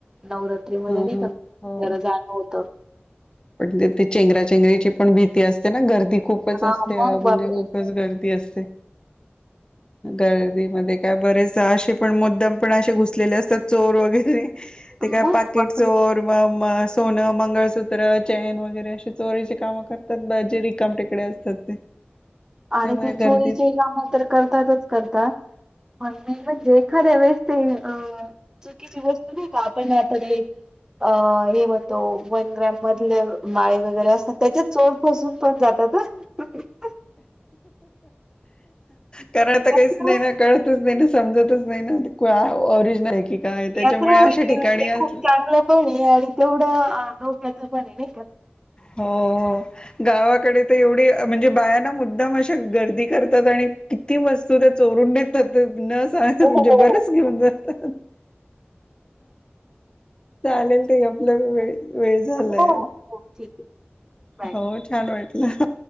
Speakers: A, on the right; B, on the left.
A: नवरात्री मध्ये
B: हा
A: नाही
B: हा
A: का?
B: हो
A: जरा जाणं होत.
B: पण तिथे चेंगराचेंगरीची पण भीती असते ना गर्दी खूपच
A: हा
B: असते
A: मग
B: म्हणजे
A: बापरे
B: रोज गर्दी असते. गर्दीमध्ये काय बरेच असे पण मुद्दाम पण अशे घुसलेले असतात चोर वगैरे.
A: मग
B: ते काय पाकिट
A: बापरे.
B: चोर, म म सोनं, मंगळसु सूत्र, चैन वगैरे असे चोरीची कामं करतात ब जे रिकाम टेकडे असतात ते. त्यामुळे
A: आणि ते
B: गर्दीत
A: चोरीचे काम तर करतातच करतात म्हण म्हणजे एखाद्या वेळे पण अ चुकीची वस्तू नाही का? आपण आतडे. अ हे म्हणतो वन ग्रॅम मधले माळी वगैरे असतात त्याच्यात चोर फसून पण जातात ह. ह
B: कारण आता काहीच
A: यात्रा
B: नाही ना कळतच नाही न. समजतच नाही नाय ना आ ऑरिजन आहे की? काय त्याच्यामुळे
A: यात्र वाटली
B: अशा ठिकाणी
A: ते खूप
B: अस
A: चांगलं पणी आणि तेवढं? अ धोक्याचं पण आहे नाही का.
B: हो. गावाकडे तर एवढी म्हणजे बायां ना मुद्दाम अशा गर्दी करतात आणि? किती वस्तू त्या चोरून नेत होते. न सांग
A: हो
B: म्हणजे
A: हो
B: बरेच
A: हो.
B: घेऊन जातात. चालेल ते आपलं वेळ- वेळ झालाय.
A: हो हो हो ठीक आहे बाय.
B: हो छान वाटलं.